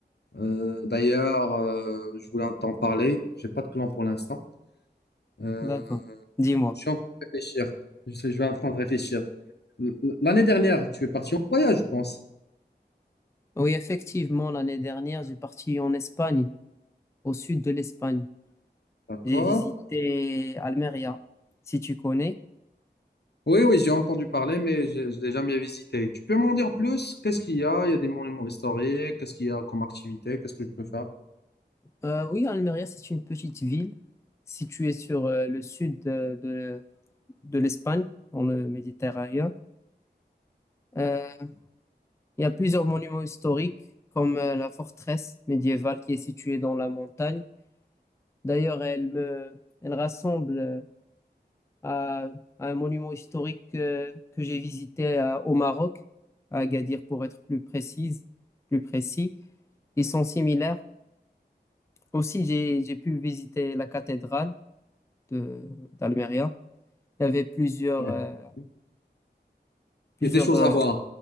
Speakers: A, on the left; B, on the left.
A: Euh, d'ailleurs, euh, je voulais t'en parler. J'ai pas de plan pour l'instant. Euh,
B: D'accord. Dis-moi.
A: Je suis en train de réfléchir. Je sais- je vais en train de réfléchir. L- L'année dernière, tu es parti en voyage, je pense.
B: Oui, effectivement, l'année dernière, j'ai parti en Espagne, au sud de l'Espagne.
A: D'accord.
B: J'ai visité Almeria, si tu connais.
A: Oui, oui, j'ai entendu parler, mais je ne l'ai jamais visité. Tu peux m'en dire plus? Qu'est-ce qu'il y a? Il y a des monuments historiques. Qu'est-ce qu'il y a comme activité? Qu'est-ce que je peux faire?
B: Euh, oui, Almeria, c'est une petite ville située sur euh, le sud de, de, de l'Espagne, dans le Méditerranée. Euh, Il y a plusieurs monuments historiques, comme euh, la forteresse médiévale qui est située dans la montagne. D'ailleurs, elle me, elle rassemble euh, à, à un monument historique euh, que j'ai visité à- au Maroc, à Agadir pour être plus précise, plus précis. Ils sont similaires. Aussi, j'ai, j'ai pu visiter la cathédrale de, d'Almeria. Il y avait plusieurs,
A: Ouais.
B: euh,
A: Il
B: plusieurs,
A: y a des choses
B: euh,
A: à voir.